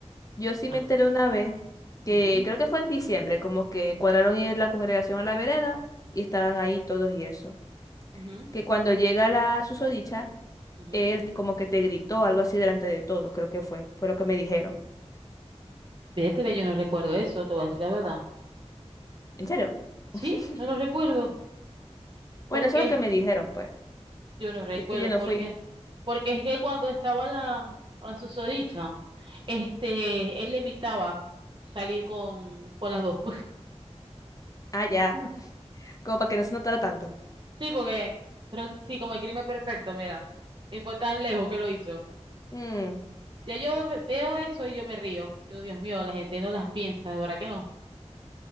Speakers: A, on the left (about 30°); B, on the right (about 45°).
A: Yo sí me
B: Ah,
A: enteré una vez que
B: ujú,
A: creo que fue en diciembre, como que cuadraron ir la congregación a la vereda y estaban ahí todos y eso.
B: ujú,
A: Que cuando llega la susodicha,
B: ujú.
A: él como que te gritó algo así delante de todos, creo que fue, fue lo que me dijeron.
B: Vértele, yo no recuerdo eso, te voy a decir la verdad.
A: ¿En serio?
B: Sí,
A: <laughs>
B: no lo recuerdo.
A: Bueno,
B: ¿Por
A: eso
B: qué?
A: es lo que me dijeron, pues.
B: Yo no recuerdo
A: Y es que yo no
B: por
A: fui.
B: qué. Porque es que cuando estaba la, la susodicha, este, él evitaba salir con, con las dos.
A: Ah, ya.
B: <laughs>
A: Como para que no se notara tanto.
B: Sí, porque, pero sí, como el crimen perfecto, mira. Y fue tan lejos que lo hizo.
A: Mm,
B: Ya yo ve- veo eso y yo me río. Digo, Dios mío, la gente no las piensa, de verdad que no.